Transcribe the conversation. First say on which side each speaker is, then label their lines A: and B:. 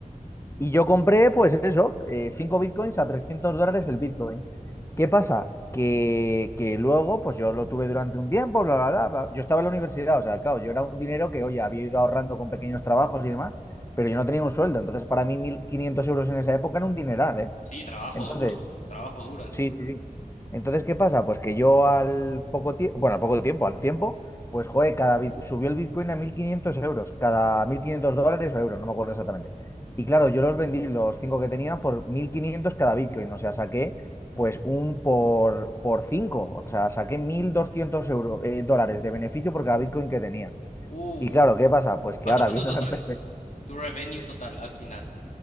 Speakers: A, on the left; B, on the left.
A: Y yo compré, pues eso, eh, cinco bitcoins a trescientos dólares el bitcoin. ¿Qué pasa? Que, que luego, pues yo lo tuve durante un tiempo, bla, bla, bla, bla. Yo estaba en la universidad, o sea, claro, yo era un dinero que, oye, había ido ahorrando con pequeños trabajos y demás, pero yo no tenía un sueldo. Entonces, para mí, 1.500 euros en esa época era un dineral, ¿eh?
B: Sí, trabajo
A: Entonces,
B: duro. Trabajo duro encima.
A: Sí, sí, sí. Entonces, ¿qué pasa? Pues que yo al poco tiempo, bueno, al poco tiempo, al tiempo, pues joder, cada bit- subió el Bitcoin a 1.500 euros, cada 1.500 dólares o euros, no me acuerdo exactamente. Y claro, yo los vendí, los cinco que tenía, por mil quinientos cada Bitcoin, o sea, saqué pues un por, por cinco, o sea, saqué 1.200 euros, dólares de beneficio por cada Bitcoin que tenía.
B: Uh,
A: Y claro, ¿qué pasa? Pues que
B: ¿cuánto
A: ahora,
B: fue
A: viéndolo
B: tu total?
A: en perspectiva,
B: Tu revenue total al final.